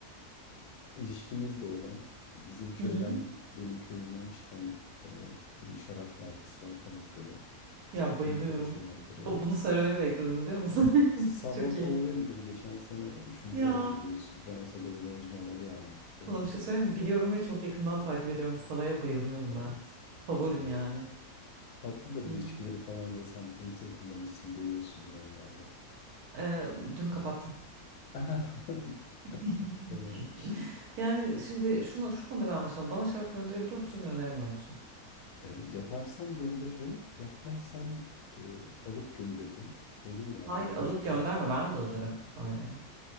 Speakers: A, on the left (about 80°); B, on the right (about 80°).
A: İlişkimiz de olan, bizim köyden,
B: Hı hı.
A: benim köyümden çıkan e, bir şarap markası var Pamukkale.
B: Ya bayılıyorum.
A: Pamukkale şarapları.
B: Bu, bunu söylemeni bekledim biliyor musun?
A: E, Sava
B: <laughs> Çok
A: favorimdir.
B: iyi.
A: Geçen sene üçüncü
B: Ya
A: oldu biliyorsun. Fransa'da bronz madalya almıştı.
B: sana bir şey söyleyeyim mi? Biliyorum ve çok yakından takip ediyorum. Sava'ya bayılıyorum
A: Evet,
B: ben. Favorim
A: evet.
B: yani.
A: Tatlıdır
B: Hı.
A: ilişkileri falan da sen Twitter kullanıcısını görüyorsundur oralarda.
B: Ee, dün kapattım.
A: <laughs>
B: <laughs>
A: Tamam. şey-
B: Yani şimdi şuna, şu konuda bir anlaşalım. Bana şarap gönderebiliyor musun, gönderemiyor musun?
A: E, yaparsam gönderirim. Yapmazsam e, alıp gönderirim. Olur yani
B: Hayır, alıp
A: gönderin.
B: gönderme. Ben de alırım öyle.